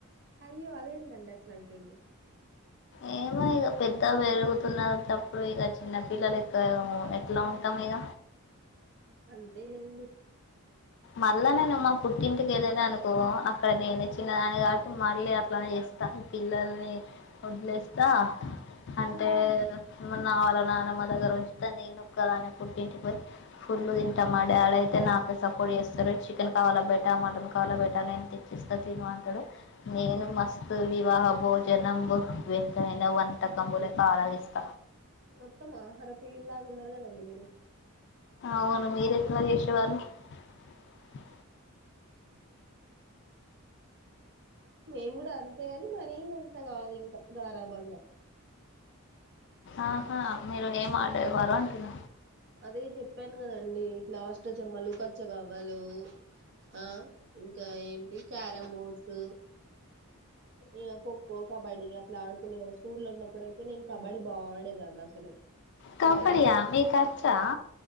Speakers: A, on the right; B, on the left.
A: అయ్యో అదేందది ఎట్లాంటుంది
B: ఏమో ఇక పెద్ద పెరుగుతున్నటప్పుడు ఇక చిన్న పిల్లలు ఇక్క ఎట్లా ఉంటాం ఇక
A: అంతే లేండి
B: మళ్ళా నేను మా పుట్టింటికి వెళ్ళ అనుకో అక్కడ నేను చిన్నదాని కా మళ్ళీ అట్లానే చేస్తా పిల్లల్ని వదిలేస్తా అంటే
A: ఆ
B: నా వాళ్ళ నాన్నమ దగ్గర ఉంచితే నేను కదా అనే పుట్టింటిపోయి ఫుల్లు తింటామా డి ఆడైతే నాకే కొడి వేస్తడు చికెన్ కావాలా బేటా మటన్ కావాలా బేటా నేను తెచ్చిస్తాను తిిన అంటాడు నేను మస్తు వివాహ భోజనం వింతైన వంతకంబు లెక్క ఆరగిస్త
A: మొత్తం ఆహారప్రియులు లాగా ఉన్నారు కదండి మీరు
B: అవును మీరు ఎట్లా చేసేవారు హు హూ.
A: మేము కూడా అంతేగాని మరీ అంత కాదు ఇంకా గారాభంగా
B: ఆహా మీరు ఏం ఆడేవారు అంటున్న
A: అదే చెప్పు ప్పను కదండి ఇట్లా అష్ట చెమ్మలు కచ్చ కావవాలు ఆ ఇంకా ఏంటి క్యారం బోర్డ్స్ ఇ ఖోఖో కబడ్డీ అట్లా ఆడుకునే వాళ్ళ స్కూల్లో ఉన్నప్పుడు అయితే నేను కబడ్డీ బా ఆడేదాన్ని అసలు
B: కబడియా
A: ప్రై
B: మీకొచ్చా